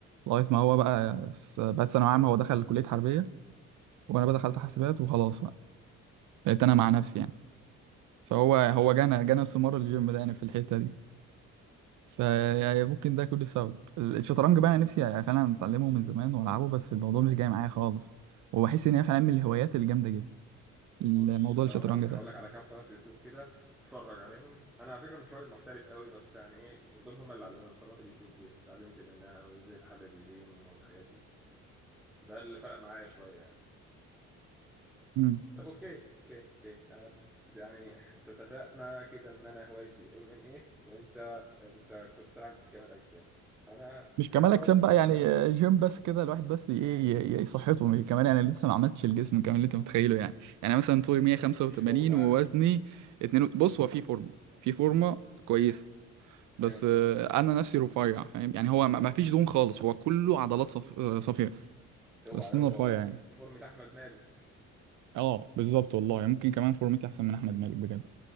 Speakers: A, on the right; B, in the centre.
A: لغايه ما هو بقى س- بقت ثانويه عامه هو دخل كليه حربيه وانا بقى دخلت حاسبات وخلاص بقى بقيت انا مع نفسي يعني فهو هو جانا جانا استمرار الجيم ده يعني في الحته دي فيعني ممكن ده كل سبب الشطرنج بقى انا نفسي يعني فعلا اتعلمه من زمان والعبه بس الموضوع مش جاي معايا خالص وبحس ان هي فعلا من الهوايات الجامده جدا الموضوع
B: بص انت
A: الشطرنج
B: ممكن
A: ده
B: اقول لك على كام قناة يوتيوب كده تتفرج عليهم انا على فكرة مش راجل محترف قوي بس يعني ايه دول هم اللي علموني قنوات اليوتيوب دي اتعلمت منها وازاي تحلل الجيم والحاجات دي فده اللي فرق معايا شوية يعني
A: مم.
B: طب اوكي اوكي اوكي أب- يعني انت اتفقنا كده ان انا هوايتي الام ام اي وانت انت كنت بتلعب كمال اجسام انا
A: مش كمال
B: كان ليا
A: اجسام
B: برضه شويه
A: بقى يعني
B: هوايات
A: آه،
B: تانية
A: جيم بس كده الواحد بس ايه ي- ي- يصحته مش- كمان انا لسه ما عملتش الجسم كمان اللي انت متخيله يعني يعني مثلا طولي 185
B: مفيش فورمه
A: ووزني
B: يعني
A: 2 بص هو في فورمه في فورمه كويسه
B: جامد
A: بس آه، انا نفسي رفيع فاهم يعني هو ما ما فيش دهون خالص هو كله عضلات صف... آه، صفياء
B: اوعى
A: بس
B: يابا
A: انا رفيع يعني
B: يعني فورمه احمد مالك
A: اه بالظبط والله يعني ممكن كمان فورمتي احسن من احمد مالك بجد